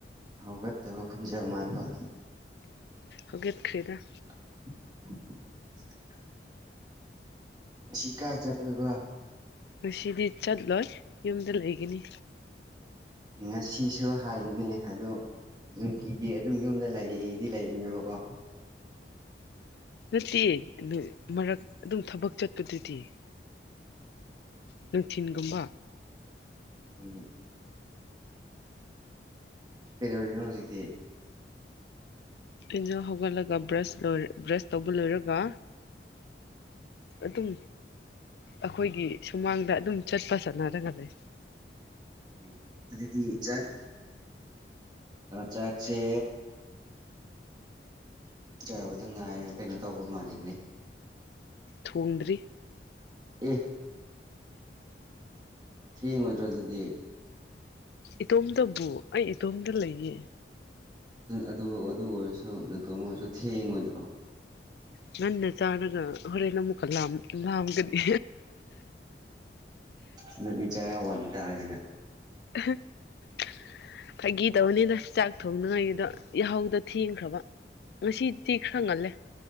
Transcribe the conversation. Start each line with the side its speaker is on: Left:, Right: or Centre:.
Right: ꯍꯧꯒꯠꯇꯕ ꯈꯣꯟꯖꯦꯜ ꯃꯥꯟꯕꯥꯟꯕ
Left: ꯍꯧꯒꯦꯠꯈ꯭ꯔꯤꯦꯗ
Right: <inaudible> ꯁꯤ ꯀꯥꯏ ꯆꯠꯈꯣꯏꯕ
Left: ꯉꯁꯤꯗꯤ ꯆꯠꯂꯣꯏ ꯌꯨꯝꯗ ꯂꯩꯒꯅꯤ
Right: ꯉꯁꯤꯁꯨ ꯍꯥꯏꯅꯦ ꯑꯗꯣ ꯅꯨꯡꯇꯤꯒꯤ ꯑꯗꯨꯝ ꯌꯨꯝꯗ ꯂꯩꯗꯤ ꯂꯩꯕꯅꯦꯕꯀꯣ
Left: ꯅꯠꯇꯦ ꯃꯔꯛ ꯑꯗꯨꯝ ꯊꯕꯛ ꯆꯠꯄꯗꯨꯗꯤ ꯅꯨꯡꯊꯤꯟꯒꯨꯝꯕ
Right: ꯎꯝ ꯀꯩꯗꯧꯔꯤꯅꯣ ꯍꯧꯖꯤꯛꯇꯤ
Left: ꯑꯩꯅ ꯍꯧꯒꯠꯂꯒ ꯕ꯭ꯔꯁ ꯂꯔ ꯕ꯭ꯔꯁ ꯇꯧꯕ ꯂꯣꯏꯔꯒ ꯑꯗꯨꯝ ꯑꯩꯈꯣꯏꯒꯤ ꯁꯨꯃꯥꯡꯗ ꯑꯗꯨꯝ ꯆꯠꯄ ꯆꯠꯅꯔꯒ ꯂꯩ
Right: ꯎꯝ ꯑꯗꯨꯗꯤ ꯆꯥꯛ ꯆꯥꯛꯁꯦ ꯆꯥꯕꯗ ꯉꯥꯏꯔꯒ ꯀꯩꯅꯣ ꯇꯧꯕ ꯃꯥꯜꯂꯤꯒꯅꯦ
Left: ꯊꯣꯡꯗ꯭ꯔꯤ
Right: ꯑꯦ ꯊꯦꯡꯉꯣꯏꯗ꯭ꯔꯣ ꯑꯗꯨꯗꯤ
Left: ꯏꯇꯣꯝꯇꯕꯨ ꯑꯩ ꯏꯇꯣꯝꯗ ꯂꯩꯌꯦ
Right: ꯑꯗꯨ ꯑꯗꯨ ꯑꯣꯏꯔꯁꯨ ꯅꯇꯣꯟ ꯑꯣꯏꯔꯁꯨ ꯊꯦꯡꯉꯣꯏꯗ꯭ꯔꯣ
Left: ꯉꯟꯅ ꯆꯥꯔꯒ ꯍꯣꯔꯦꯟ ꯑꯃꯨꯛꯀ ꯂꯥꯝꯒꯗꯤ
Right: ꯑꯗꯨ ꯄ ꯆ ꯋꯥꯟ ꯇꯥꯔꯦꯅꯦ
Left: <unintelligible> ꯐꯥꯒꯤ ꯇꯧꯕꯅꯤꯅ ꯆꯥꯛ ꯊꯣꯡꯅꯉꯥꯏꯒꯤꯗ ꯌꯥꯍꯧꯗꯣ ꯊꯦꯡꯈ꯭ꯔꯕ ꯉꯁꯤꯗꯤ ꯈꯔ ꯉꯜꯂꯦ